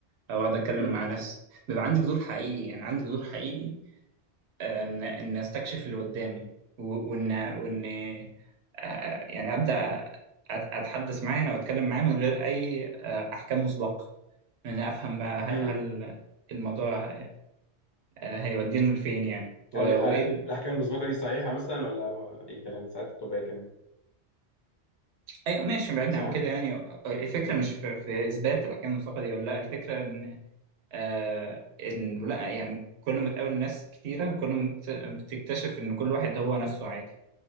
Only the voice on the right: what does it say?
او اقعد اتكلم
مع ناس بيبقى عندي فضول حقيقي يعني عندي فضول حقيقي آه، ان ان استكشف اللي قدامي و- وان وان آه، يعني ابدا أت- اتحدث معاه او اتكلم معاه من غير اي آه، احكام مسبقه يعني أفهم بقى هل
هل الموضوع آه، هيودينا لفين يعني و-
وإيه
ال...
أيوة ماشي بعيد
عن كده يعني الفكرة مش في, في إثبات الأحكام المعتقدي ولا لأ الفكرة إن آه إن لأ يعني كل ما تقابل ناس كتيرة كل ما بت- بتكتشف إن كل واحد هو نفسه عادي